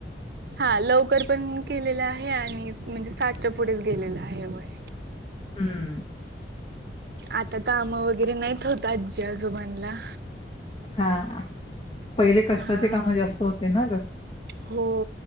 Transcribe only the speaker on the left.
हम्म
हां, पहिले कष्टाची
कामं जास्त होते ना गं,